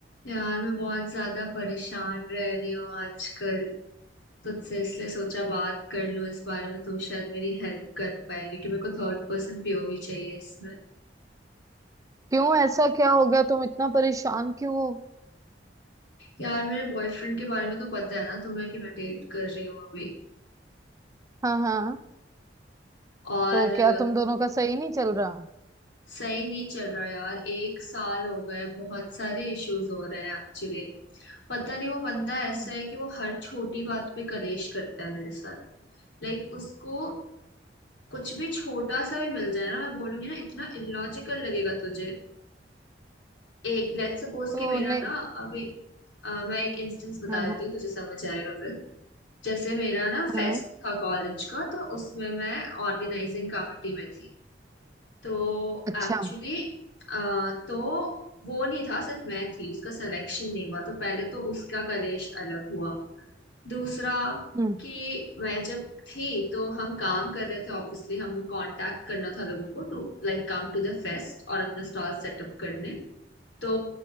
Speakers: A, on the left (about 80°); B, on the right (about 20°).
A: यार मैं बहुत ज्यादा परेशान रह रही हूँ आजकल तुझसे इसलिए सोचा बात कर लूँ इस बारे में तू शायद मेरी हेल्प कर पाए क्योंकि मेरे को थर्ड पर्सन पीओवी चाहिए इसमें
B: क्यों ऐसा क्या हो गया तुम इतना परेशान क्यों हो
A: यार मेरे बॉयफ्रेंड के बारे में तो पता है ना तुम्हें कि मैं डेट कर रही हूँ अभी
B: हाँ हाँ
A: और
B: तो
A: अ,
B: क्या तुम दोनों का सही नहीं चल रहा
A: सही नहीं चल रहा यार एक साल हो गए बहुत सारे इश्यूज हो रहे हैं एक्चुअली पता नहीं वो बंदा ऐसा
B: हम्म,
A: है कि वो हर छोटी बात पे कलेश करता है मेरे साथ लाइक उसको कुछ भी छोटा सा भी मिल जाए ना मैं बोलूंगी ना इतना इलॉजिकल लगेगा तुझे एक लेट्स सपोज
B: तो
A: कि मेरा
B: नहीं
A: ना अभी अ, मैं एक इंस्टेंस बता
B: हाँ
A: देती
B: हाँ
A: हूँ तुझे समझ आएगा फिर जैसे मेरा ना फेस्ट
B: हाँ
A: था कॉलेज का तो उसमें मैं ऑर्गेनाइजिंग कमेटी में थी तो
B: अच्छा
A: एक्चुअली तो वो नहीं था सिर्फ मैं थी उसका सिलेक्शन नहीं हुआ तो पहले तो उसका कलेश अलग हुआ दूसरा
B: हम्म
A: कि मैं जब थी तो हम काम कर रहे थे ऑब्वियसली हमें कांटेक्ट करना था लोगों को to like come to the fest और अपना स्टॉल सेटअप करने तो